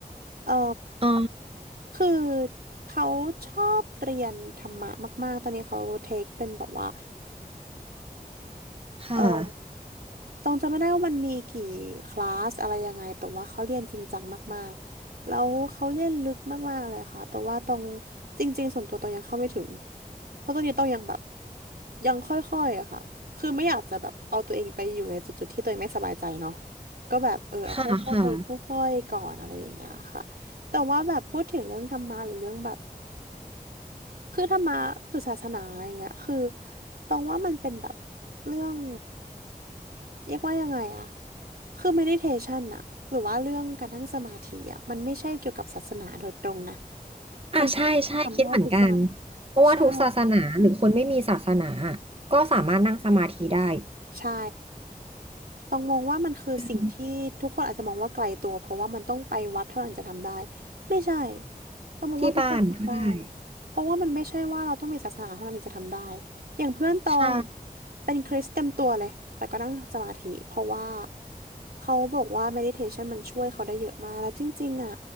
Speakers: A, on the right (about 80°); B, on the right (about 40°).
A: เอ่อ
B: อ๋อ
A: คือเขาชอบเรียนธรรมะมากๆตอนนี้เขาเทคเป็นแบบว่า
B: ค่ะ
A: เอ่อ ตรงจำไม่ได้ว่ามันมีกี่คลาสอะไรยังไงแต่ว่าเขาเรียนจริงจังมากๆแล้วเขาเรียนลึกมากๆเลยค่ะแต่ว่าตรงจริงๆส่วนตัวตรงยังเข้าไม่ถึงเพราะตรงนี้ต้องยังแบบยังค่อยๆอะค่ะคือไม่อยากจะแบบเอาตัวเองไปอยู่ในจุดๆที่ตัวเองไม่สบายใจเนาะก็แบบเออเอาค่อยๆค่อยๆก่อนอะไรอย่างเงี้ยค่ะแต่ว่าแบบพูดถึงเรื่องธรรมะหรือเรื่องแบบ
B: ค่ะค่ะ
A: คือธรรมะหรือศาสนาอย่างเงี้ยคือตรงว่ามันเป็นแบบเรื่องเรียกว่ายังไงอะคือ meditation อะหรือว่าเรื่องการนั่งสมาธิอะมันไม่ใช่เกี่ยวกับศาสนาโดยตรงนะ
B: อ่าใช่ใช่คิดเหมือนกัน
A: มันคือทำได้ทุกวัน
B: เพราะว่าทุกศาสนาหรือคนไม่มีศาสนา
A: ใช่
B: ก็สามารถนั่งสมาธิได้
A: ใช่ ต้องมองว่ามันคือสิ่งที่ทุกคนอาจจะมองว่าไกลตัวเพราะว่ามันต้องไปวัดเท่านั้นจะทำได้
B: อืม
A: ไม่ใช่ต้องมองว่าทุกคนทำได้
B: ที่บ้านก็ได้
A: เพราะว่ามันไม่ใช่ว่าเราต้องมีศาสนาเท่านั้นถึงจะทำได้อย่างเพื่อนตอง
B: ใช่
A: เป็นคริสเต็มตัวเลยแต่ก็นั่งสมาธิเพราะว่าเขาบอกว่า meditation มันช่วยเขาได้เยอะมากแล้วจริงๆอ่ะ